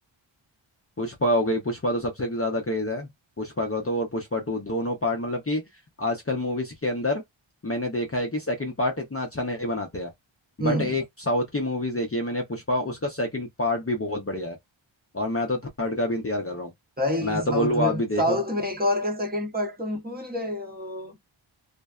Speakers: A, on the left; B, on the right.
A: पुष्पा हो गई पुष्पा तो सबसे ज्यादा क्रेज है पुष्पा का तो और पुष्पा टू दोनों पार्ट मतलब कि आजकल मूवीज के अंदर मैंने देखा है कि सेकंड पार्ट इतना अच्छा नहीं बनाते हैं
B: हम्म
A: बट एक साउथ की मूवीज देखी है मैंने पुष्पा उसका सेकंड पार्ट भी बहुत बढ़िया है और मैं तो थर्ड का भी इंतजार कर रहा हूँ
B: भाई
A: मैं
B: साउथ
A: तो बोलूँ
B: में
A: आप भी देखो
B: साउथ में एक और का सेकंड पार्ट तुम भूल गए हो